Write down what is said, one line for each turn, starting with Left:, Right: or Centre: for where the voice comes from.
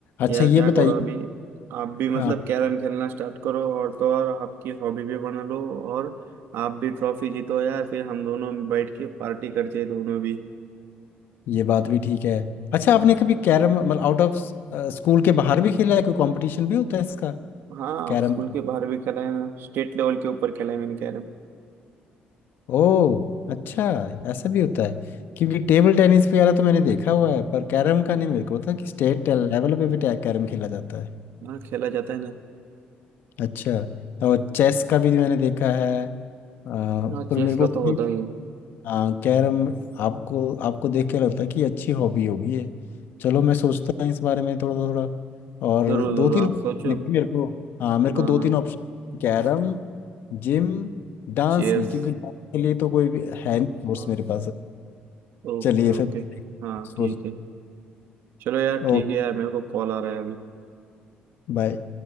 Left: अच्छा
Right: यार
Left: ये
Right: क्या
Left: बताइए
Right: करो अभी आप भी मतलब
Left: हाँ
Right: कैरम खेलना स्टार्ट करो और तो और आपकी हॉबी भी बना लो और आप भी ट्रॉफी जीतो यार फिर हम दोनों बैठ के पार्टी करते हैं दोनों भी
Left: ये बात भी ठीक है अच्छा आपने कभी कैरम मतलब आउट ऑफ स्कूल के बाहर भी खेला है कोई कंपटीशन भी होता है इसका
Right: हाँ
Left: कैरम
Right: स्कूल
Left: का
Right: के बाहर भी खेला है ना स्टेट लेवल के ऊपर खेला है मैंने कैरम
Left: ओ अच्छा ऐसा भी होता है क्योंकि टेबल टेनिस वगैरह तो मैंने देखा हुआ है पर कैरम का नहीं मेरे को पता कि स्टेट लेवल पे भी टै- कैरम खेला जाता है
Right: हाँ खेला जाता है ना
Left: अच्छा और चेस का भी मैंने देखा है अ,
Right: हाँ
Left: पर
Right: चेस
Left: मेरे को
Right: का
Left: तो
Right: तो होता ही है
Left: हाँ कैरम आपको आपको देख के लगता है कि अच्छी हॉबी होगी ये चलो मैं सोचता हूँ इस बारे में थोड़ा थोड़ा और
Right: जरूर
Left: दो
Right: जरूर
Left: तीन
Right: आप सोचो
Left: देखिए मेरे को हाँ मेरे
Right: हाँ
Left: को दो
Right: हाँ
Left: तीन ऑप्शन कैरम जिम डांस
Right: चेस
Left: नहीं क्योंकि डांस के लिए तो कोई भी है नहीं कोर्स
Right: हाँ
Left: मेरे पास
Right: ओके
Left: चलिए फिर
Right: ओके हाँ
Left: सोच
Right: ठीक है चलो यार
Left: ओ
Right: ठीक है यार मेरे को कॉल आ रहा है अभी
Left: बाय